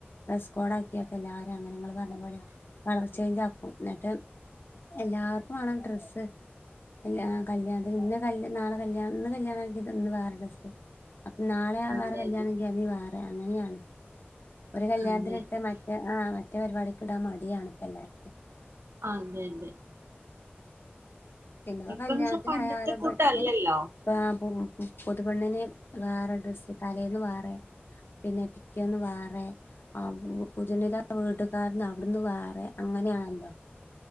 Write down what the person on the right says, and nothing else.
അതെ
അതെ അതെ അതെ അതെ
അതെ അതെ
ഇപ്പന്ന്
വെച്ചാ പണ്ടത്തെ കൂട്ടല്ലല്ലോ